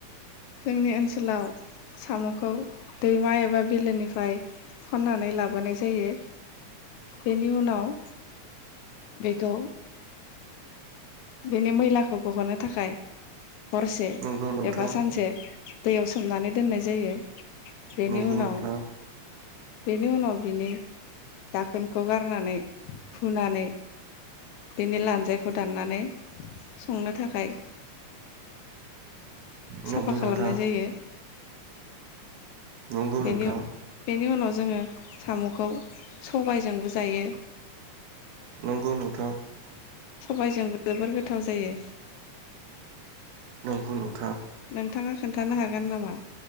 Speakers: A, on the left; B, on the right.
A: जोंनि ओनसोलाव साम'खौ दैमा एबा बिलोनिफ्राय खन्नानै लाबोनाय जायो बेनि उनाव बेखौ बेनि मैलाखौ बहननो थाखाय हरसे
B: नंगौ नोंथां
A: एबा सानसे दैयाव सोमनानै दोननाय जायो बेनि
B: नंगौ
A: उनाव
B: नोंथां
A: बेनि उनाव बिनि दाखोनखौ गारनानै फुनानै बेनि लान्जायखौ दाननानै संनो थाखाय
B: नंगौ
A: साफा खालामनाय
B: नोंथां
A: जायो
B: नंगौ
A: बेनि
B: नोंथां
A: बेनियाव जोंङो साम'खौ सबायजोंबो जायो
B: नंगौ नोंथां
A: सबायजोंबो जोबोर गोथाव जायो
B: नंगौ नों-
A: नोंथाङा खोन्थानो हागोन नामा